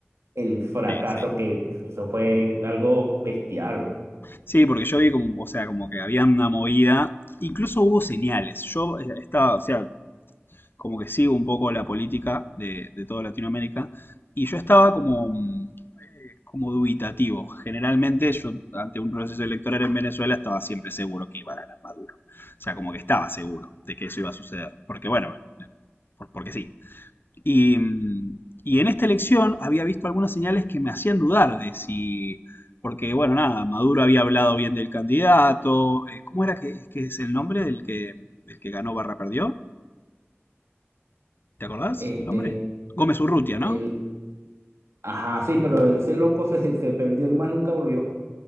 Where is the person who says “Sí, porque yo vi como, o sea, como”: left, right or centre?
Left